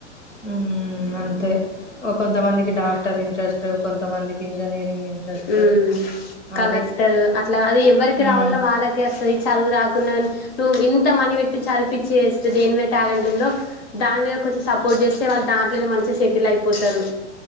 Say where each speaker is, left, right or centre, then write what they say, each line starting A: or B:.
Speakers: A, on the left (about 85°); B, on the left (about 55°).
A: ఉహ్ అంతే ఓ కొంతమందికి డాక్టర్ ఇంట్రెస్ట్ కొంతమందికి ఇంజనీరింగ్ ఇంట్రెస్ట్
B: ఉహ్ కలెక్టర్
A: అది
B: అట్లా అది ఎవరికి
A: మ్మ్
B: రావల్లో వాళ్ళకే వస్తది చదువు రాకున్నా కానీ, నువ్వు ఇంత మంది పెట్టి చదివిపిచ్చి చేస్తే దేని మీద టాలెంట్ ఉందో, దాని మీద కొంచెం సపోర్ట్ చేస్తే వాళ్ళు దాంట్లోనే మంచిగా సెటిల్ అయిపోతారు.